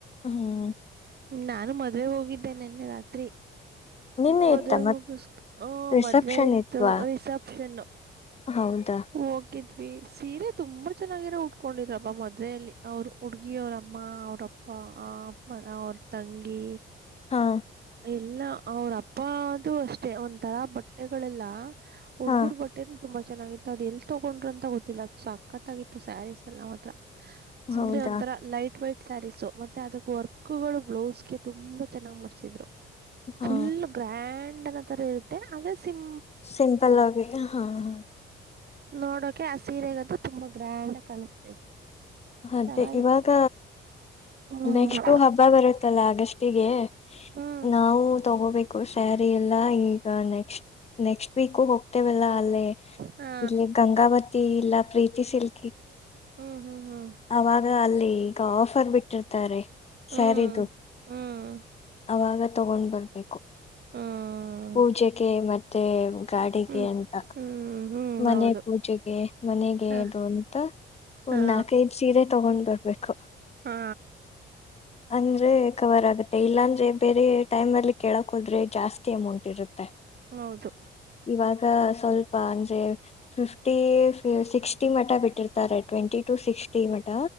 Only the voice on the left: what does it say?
ಹ್ಮ್
ನಿನ್ನೆ
ಇತ್ತ
ರಿಸೆಪ್ಷನ್
ಇತ್ವಾ
ಹೌದಾ.
ಹಾ.
ಹಾ
ಹೌದಾ
ಹಾ
ಸಿಂಪಲ್ ಆಗಿದೇ ಹಾ ಹಾ.
ಅದೇ
ಇವಾಗ
ನೆಕ್ಸ್ಟ್ ಹಬ್ಬ ಬರುತ್ತಲ್ಲ ಅಗಸ್ಟಿಗೆ
ನಾವು ತಗೋಬೇಕ. ಸ್ಯಾರಿ ಎಲ್ಲಾ ಈಗ ನೆಕ್ಸ್ಟ್ ನೆಕ್ಸ್ಟ್ ವೀಕು ಹೋಗ್. ಲ್ಲ ಅಲ್ಲೇ
ಇಲ್ಲಿ ಗಂಗಾವತಿ ಇಲ್ಲ ಪ್ರೀತಿ ಸಿಲ್.
ಅವಾಗ ಅಲ್ಲಿ ಈಗ ಆಫರ್ ಬಿಟ್ಟಿರ್ತಾರೆ.
ಸ್ಯಾರಿದು
ಅವಾಗ ತಗೊಂಡ್ ಬರ್ಬೇಕು.
ಪೂಜೆಗೆ ಮತ್ತೆ ಗಾಡಿಗೆ
ಅಂತ.
ಮನೆ
ಪೂಜೆಗೆ ಮನೆಗೆ
ಇದು ಅಂತ.
ಒಂದ್ ನಾಲ್ಕೈದು ಸೀರೆ ತಗೊಂಡ್ ಬರ್ಬೇಕು.
ಅಂದ್ರೆ ಕವರ್ ಆಗುತ್ತೆ ಇಲ್ಲಾಂದ್ರೆ ಬೇರೆ ಟೈಮ್ ಅಲ್ಲಿ ಕೇಳಕ್ ಹೋದ್ರೆ ಜಾಸ್ತಿ ಅಮೌಂಟ್ ಇರುತ್ತೆ.
ಇವಾಗ ಸ್ವಲ್ಪ ಅಂದ್ರೆ. ಫಿಫ್ಟಿ ಸಿಕ್ಸ್ಟಿ ಮಠ ಬಿಟ್ಟಿರ್ತಾರೆ ಟ್ವೆಂಟಿ ಟು ಸಿಕ್ಸ್ಟಿ ಮಠ.